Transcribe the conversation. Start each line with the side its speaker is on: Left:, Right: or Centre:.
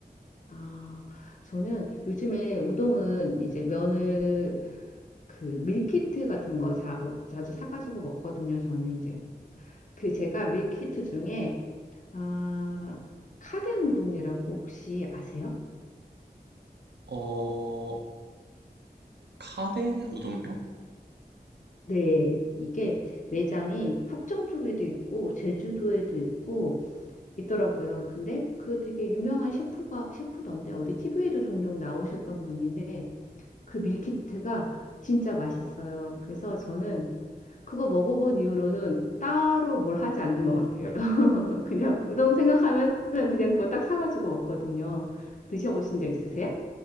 Left: 아, 저는 요즘에 우동은 이제 면을 그 밀키트 같은 거 자, 자주 사가지고 먹거든요. 저는 이제 그 제가 밀키트 중에 아, 카덴우동이라고 혹시 아세요?
Right: 어, 카덴 우동이요?
Left: 네, 이게 매장이 합정 쪽에도 있고 제주도에도 있고 있더라고요. 근데 그 되게 유명한 셰프가 셰프던데 어디 TV에도 종종 나오셨던 분인데 그 밀키트가 진짜 맛있어요. 그래서 저는 그거 먹어본 이후로는 따로 뭘 하지 않는 것 같아요. <laughs> 그냥 우동 생각하면 그냥 그거 딱 사가지고 먹거든요. 드셔보신 적 있으세요?